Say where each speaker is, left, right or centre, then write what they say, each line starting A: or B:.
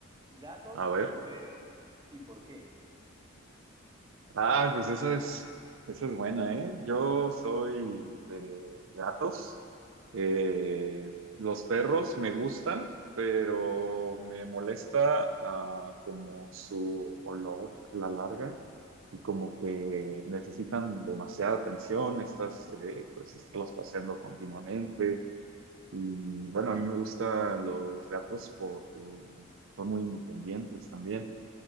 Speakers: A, on the right; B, on the right.
A: ¿Gatos
B: A ver.
A: o perros? ¿Y por qué?
B: Ah, pues esa es, esa es buena, ¿eh? Yo soy de gatos. Eh, los perros me gustan, pero me molesta ah, como su olor a la larga y como que necesitan demasiada atención, estás, eh, pues, estarlos paseando continuamente. Y bueno, a mí me gustan los gatos porque son muy independientes también.